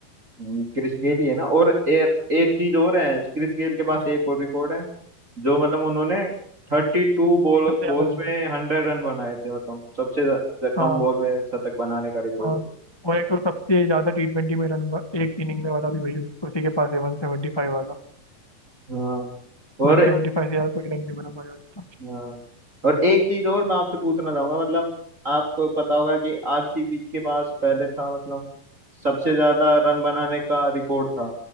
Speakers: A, on the right; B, on the left.
A: हम्म, क्रिस गेल ही है ना और ए, एक चीज और है क्रिस गेल के पास एक और रिकॉर्ड है जो मतलब उन्होंने थर्टी टू बॉल
B: सबसे
A: बॉल्स
B: ज़्यादा रन
A: में हंड्रेड रन बनाए थे मतलब सबसे ज्या- ज्या-
B: हाँ
A: कम बॉल में शतक बनाने का रिकॉर्ड
B: हाँ
A: है।
B: और एक तो सबसे ज़्यादा टी ट्वेंटी में रन एक इनिंग में वाला भी वही उसी के पास है वन सेवेंटी फाइव वाला
A: हाँ और
B: वन सेवेंटी फाइव से यार कोई रन नहीं बना पाया था
A: हाँ और एक चीज और मैं आपसे पूछना चाहूंगा मतलब आपको पता होगा कि आरसीबी के पास पहले था मतलब सबसे ज्यादा रन बनाने का रिकॉर्ड था